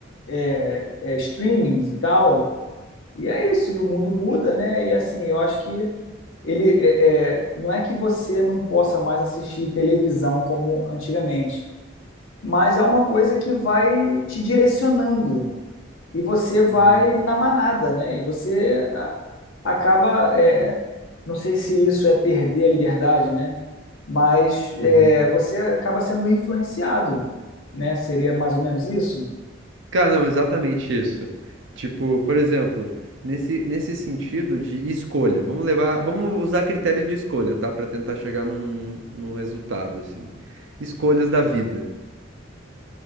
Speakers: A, on the left (about 80°); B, on the right (about 65°).
A: é, é, streamings e tal. E é isso, e o mundo muda, né? E assim, eu acho que ele é, é, não é que você não possa mais assistir televisão como antigamente, mas é uma coisa que vai te direcionando e você vai
B: Uhum,
A: na manada, né? E você a- acaba, é, não sei se isso é perder a liberdade, né? Mas é,
B: uhum.
A: você acaba sendo influenciado, né? Seria mais ou menos isso?
B: Cara, não, exatamente isso. Tipo, por exemplo, nesse, nesse sentido de escolha, vamos levar, vamos usar critério de escolha, tá? Pra tentar chegar num, num, num resultado, assim. Escolhas da vida.